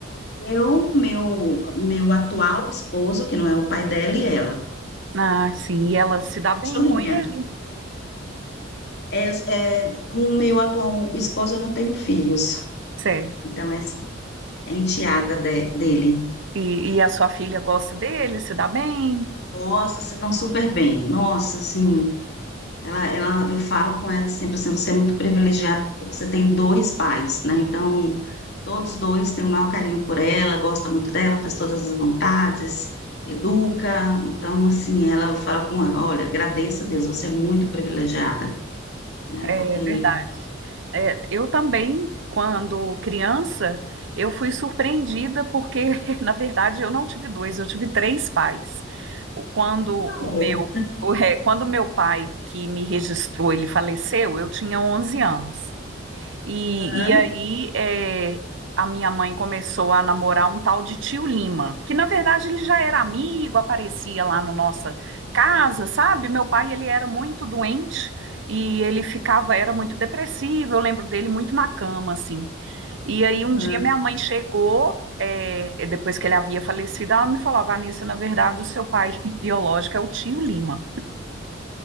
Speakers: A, on the left; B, on the right.
A: Eu, meu, meu atual esposo, que não é o pai dela, e ela,
B: Ah, sim. E ela se dá bem
A: cachorrinha.
B: com ele?
A: É, é, com o meu atual esposo, eu não tenho filhos.
B: Certo.
A: Então, essa é enteada de- dele.
B: E, e a sua filha gosta dele? Se dá bem?
A: Nossa, se dão super bem. Nossa, assim, ela, ela, eu falo com ela sempre assim, você é muito privilegiado porque você tem dois pais, né? Então, todos dois têm um maior carinho por ela, gosta muito dela, faz todas as vontades, educa. Então, assim, ela fala com ela, olha, agradeça a Deus, você é muito privilegiada, né?
B: É
A: Porque...
B: verdade. É, eu também, quando criança, eu fui surpreendida porque, <laughs> na verdade, eu não tive dois, eu tive três pais. O- Quando o
A: Por favor,
B: meu, o, é, quando o meu pai que me registrou, ele faleceu, eu tinha 11 anos. E,
A: tá?
B: e aí é, a minha mãe começou a namorar um tal de tio Lima, que na verdade ele já era amigo, aparecia lá na nossa casa, sabe? Meu pai ele era muito doente e ele ficava, era muito depressivo, eu lembro dele muito na cama, assim. E aí
A: Uhum.
B: um dia minha mãe chegou, é, depois que ele havia falecido, ela me falou, "Ah, Vanessa, na verdade o seu pai <laughs> biológico é o tio Lima.